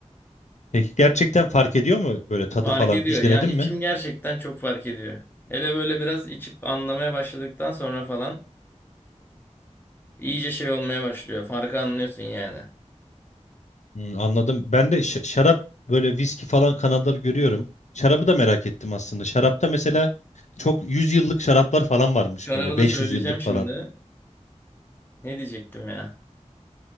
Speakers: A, on the left (about 70°); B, on the left (about 15°).
A: Peki gerçekten fark ediyor mu böyle tadı
B: Fark
A: falan?
B: ediyor.
A: Hiç
B: Ya
A: denedin
B: içim
A: mi?
B: gerçekten çok fark ediyor. Hele böyle biraz içip anlamaya başladıktan sonra falan iyice şey olmaya başlıyor. Farkı anlıyorsun yani.
A: Hmm, anladım. Ben de ş- şarap böyle viski falan kanalları görüyorum. Şarabı da merak ettim aslında. Şarapta mesela çok 100 yıllık şaraplar falan varmış
B: Şarabı
A: böyle
B: da
A: 500
B: söyleyeceğim
A: yıllık
B: şimdi.
A: falan.
B: Ne diyecektim ya?